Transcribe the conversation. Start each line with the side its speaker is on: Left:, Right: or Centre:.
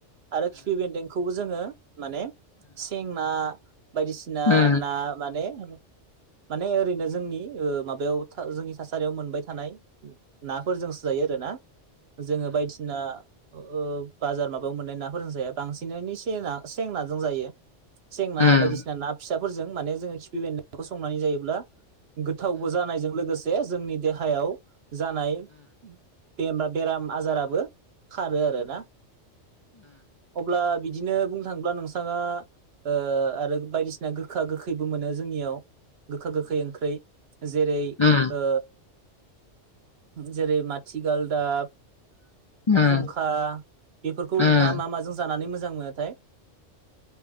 Right: आरो खिफि बेन्दों खौबो जोङो माने सेंना बायदिसिना
Left: उम
Right: ना माने माने ओरैनो जोंनि ओ माबायाव था जोंनि थासारियाव मोनबाय थानाय नाफोरजोंसो जायो आरो ना। जोङो बायदिसिना ओ बाजार माबायाव मोननाय नाफोरजों जाया बांसिनै सेना सेंनाजों जायो। सेंना
Left: उम
Right: बायदिसिना
Left: उम
Right: ना फि साफोरजों माने जोङो खिफिबेनदोंखौ संनानै जायोब्ला गोथावबो जानायजों लोगोसे जोंनि देहायाव जानाय बेमा बेराम आजाराबो खारो आरो ना अब्ला बिदिनो बुंनो थांङोब्ला नोंथाङा ओ आरो बायदिसिना गोखा गोखैबो मोनो जोंनियाव। गोखा गोखै ओंख्रि जेरै
Left: उम
Right: ओ जेरै माथिगालदाब
Left: उम
Right: खुंखा बेफोरखौ
Left: उम
Right: नोंथाङा मा माजों जानानै मो मोजां मोनो थाय?